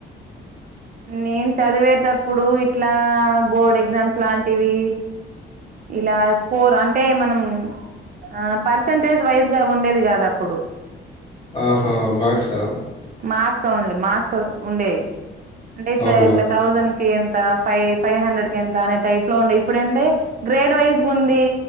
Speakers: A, on the right; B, on the left.
A: నేను చదివేటప్పుడు ఇట్లా బోర్డు ఎగ్జామ్స్ ఇట్లాంటివి ఇలా స్కోర్ అంటే మనం ఆ పర్సంటేజ్ వైజ్ గా ఉండేది కాద అప్పుడు
B: ఆహా మాక్సా ఆ
A: మార్క్స్ ఓన్లీ మార్క్స్ ఉండేవి అంటే
B: అవునా
A: ఇట్లా థౌసండ్ కే ఎంత ఫైవ్ ఫైవ్ హండ్రెడ్ కి ఎంత అనే టైప్ లో ఉండే ఇప్పుడ ఏంటే గ్రేడ్ వైజ్ ఉంది.